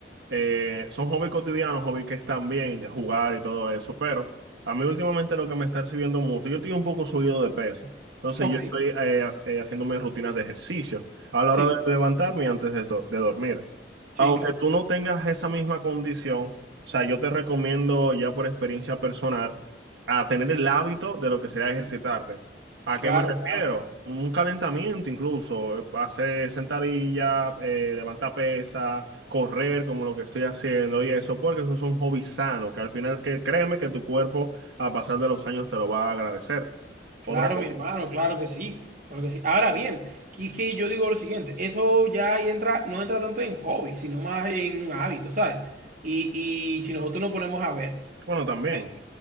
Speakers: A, on the right; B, on the right.
A: eh, son hobbies cotidianos, hobbies que están bien, jugar y todo eso, pero a mí últimamente lo que me está recibiendo mucho, yo estoy un poco subido de peso, entonces
B: Ok,
A: yo estoy eh, ha- eh, haciéndome rutinas de ejercicio a la
B: sí,
A: hora de levantarme y antes de, eso- de dormir.
B: sí,
A: Aunque
B: claro.
A: tú no tengas esa misma condición, o sea, yo te recomiendo ya por experiencia personal a tener el hábito de lo que sea ejercitarte. ¿A
B: Claro,
A: qué me refiero?
B: claro.
A: Un calentamiento incluso, eh, hacer sentadilla, eh, levantar pesas, correr como lo que estoy haciendo y eso, porque esos son hobbies sanos, que al final que créeme que tu cuerpo a pasar de los años te lo va a agradecer.
B: Claro,
A: Otra cosa,
B: mi hermano, claro que sí, claro que sí. Ahora bien, que es que yo digo lo siguiente, eso ya ahí entra, no entra tanto en hobby, sino más en un hábito, ¿sabes? Y, y si nosotros nos ponemos a ver,
A: bueno, también.
B: eh,